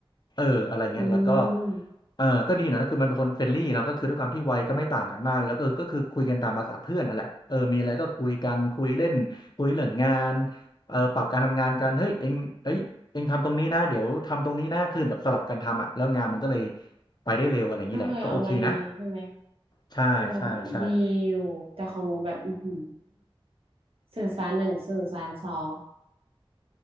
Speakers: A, on the left (about 45°); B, on the right (about 70°).
A: เอออะไรเงี้ยแล้วก็
B: อืม
A: เออก็ดีนะก็คือมันเป็นคนเฟรนลี่เนาะก็คือด้วยความที่วัยก็ไม่ต่างกันมากแล้วก็ก็คือคุยกันตามภาษาเพื่อนนั่นแหละเออมีอะไรก็คุยกันคุยเล่นคุยเรื่องงานเออปรับการทำงานกันเฮ้ยเอ็งเอ้ยเอ็งทำตรงนี้นะเดี๋ยวทำตรงนี้นะคือแบบสลับกันทำอะแล้วงานมันก็เลยไปได้เร็วอะไรอย่างนี้แหละก็โอเคนะ
B: ก็เคยออกมาดีใช่ไหม
A: ใช่ใช่ใช่
B: โอ้ดีอยู่แต่ของหนูแบบอือหือสื่อสารหนึ่งสื่อสารสอง